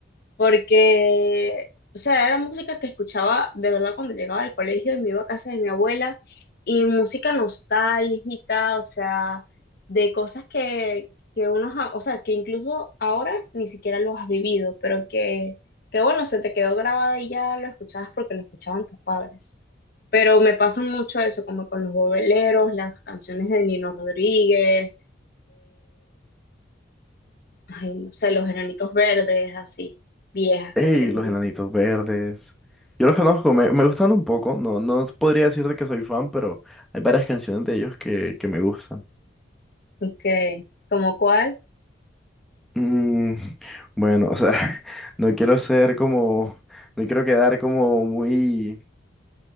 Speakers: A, on the left; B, in the centre.
A: porque, o sea, era música que escuchaba de verdad cuando llegaba del colegio y me iba a casa de mi abuela, y música nostálgica, o sea, de cosas que, que uno, ja- o sea, que incluso ahora ni siquiera los has vivido, pero que, que bueno, se te quedó grabada y ya lo escuchabas porque lo escuchaban tus padres. Pero me pasa mucho eso, como con los bobeleros, las canciones de Nino Rodríguez, ay, no sé, los enanitos verdes, así, viejas,
B: Ey,
A: canciones
B: los
A: viejas.
B: Enanitos Verdes. Yo los conozco, me, me gustan un poco. No, no podría decirte que soy fan, pero hay varias canciones de ellos que, que me gustan.
A: Ok, ¿como cuál?
B: Mm, bueno, o sea, <laughs> no quiero ser como, no quiero quedar como muy,